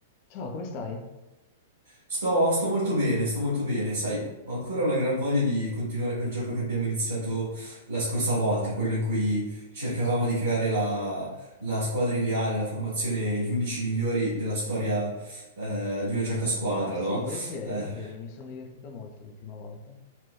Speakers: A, on the left; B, on the right.
A: Ciao, come stai?
B: Sto, sto molto bene, sto molto bene, sai, ho ancora una gran voglia di continuare quel gioco che abbiamo iniziato la scorsa volta, quello in cui cercavamo di creare la, la squadra ideale, la formazione, gli 11 migliori della storia eh, di una certa squadra,
A: Ah, sì,
B: no?
A: volentieri,
B: Eh,
A: volentieri, mi sono divertito molto l'ultima volta.